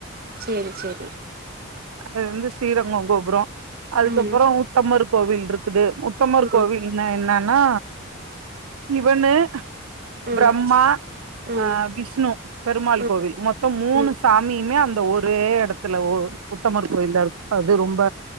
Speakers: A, on the right; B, on the right.
A: சேரி சேரி
B: அது வந்து ஸ்ரீ ரங்கோ கோபுரோ அதுக்கப்புறோ
A: ம்
B: உத்தமரு கோவில் இருக்குது உத்தமர்
A: ம்
B: கோவில்ன்னா என்ன னா இவன்னு
A: ம்
B: பிரம்மா
A: ம்
B: அ விஷ்ணு பெருமாள்
A: ம்
B: கோவில் மொத்தம் மூனு
A: ம்
B: சாமியுமே அந் த்த ஒரே எடத்துல ஒரு உத்தமர் கோயிலா இருக் அது ரொம்ப